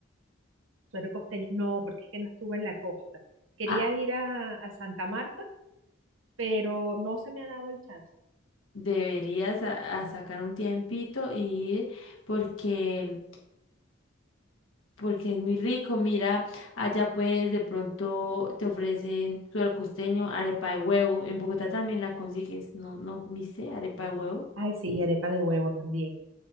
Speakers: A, on the right; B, on the left.
A: Suero costeño. No, porque es que no estuve en la costa. Quería
B: Ah,
A: ir a, a Santa Marta, pero no se me ha dado el chance.
B: deberías a, a sacar un tiempito y ir porque, porque es muy rico. Mira, allá pues de pronto te ofrecen suero costeño, arepa de huevo. En Bogotá también la consigues. ¿No, no comiste arepa de huevo?
A: Ay, sí, y arepa de huevo también.